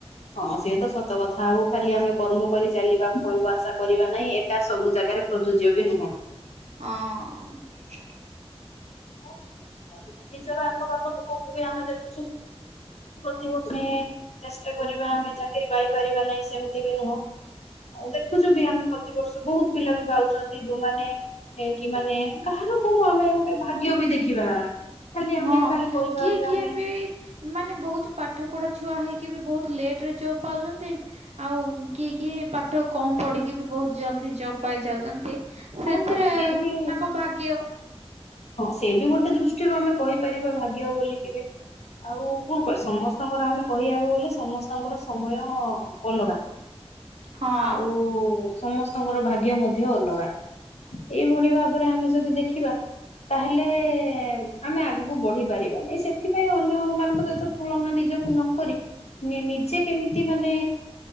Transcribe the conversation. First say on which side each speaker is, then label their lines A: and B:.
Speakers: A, on the left; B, on the right.
A: ହଁ ସେ ତ ସତ କଥା ଆଉ ଖାଲି ଆମେ କର୍ମ କରି ଚାଲିବା ଫଳକୁ ଆଶା କରିବା ନାହିଁ ଏଟା ସବୁ ଜାଗାରେ ପ୍ରଯୁଜ୍ୟ ବି ନୁହଁ।
B: ହଁ।
A: <unintelligible> ନିଜର ଆଖପାଖ ଲୋକ ମୁଁ କହିବି ଆମେ ଦେଖୁଚୁ ପ୍ରତିିବର୍ଷ ହିଁ ଚେଷ୍ଟା କରିବା ଆମେ ଚାକିରି ପାଇପାରିବା ନାହିଁ ସେମିତି ବି ନୁହଁ। ଆଉ ଦେଖୁଛୁ ବି ଆମେ ପ୍ରତିବର୍ଷ ବହୁତ ପିଲା ବି ଭାବୁଛନ୍ତି ଯୋଉମାନେ ହେଇକି ମାନେ କାହାର କଣ ଆମେ ଗୋଟେ ଭାଗ୍ୟ ବି ଦେଖିବା ଖାଲି
B: ହଁ
A: ଆମେ ଖାଲି କହିବା
B: କିଏ
A: ଯେ
B: କିଏ
A: ଆମେ
B: ବି ମାନେ ବହୁତ ପାଠ ପଢ଼ା ଛୁଆ ହେଇକି ବି ବହୁତ ଲେଟ୍ ରେ ଜବ୍ ପାଉଛନ୍ତି ଆଉ କିଏ କିଏ ପାଠ କମ୍ ପଢ଼ିକି ବି ବହୁତ ଜଲ୍ଦି ଜବ୍ ପାଇଯାଉଛନ୍ତି ।
A: ହଁ
B: ସେଥିରେ
A: ପରା ସିଏ ବି
B: ତାଙ୍କ ଭାଗ୍ୟ
A: ହଁ ସେ ବି ଗୋଟେ ଦୃଷ୍ଟିରୁ ଆମେ କହିପାରିବା ଭାଗ୍ୟ ବୋଲି କେବେ ଆଉ କଣ କହ ସମସ୍ତଙ୍କର ଆମେ କହିବାକୁ ଗଲେ ସମସ୍ତଙ୍କର ସମୟ ଅଲଗା ।
B: ହଁ
A: ଆଉ ସମସ୍ତ ଙ୍କର ଭାଗ୍ୟ ମଧ୍ୟ ଅଲଗା ଏଇଭଳି ଭାବରେ ଆମେ ଯଦି ଦେଖିବା ତାହେଲେ ଆମେ ଆଗକୁ ବଢି ପାରିବାନି ।ସେଥିପାଇଁ ଅନ୍ୟ ମାନଙ୍କ ସହିତ ତୁଳନା ନିଜକୁ ନକରି ନିଜେ କେମିତି ମାନେ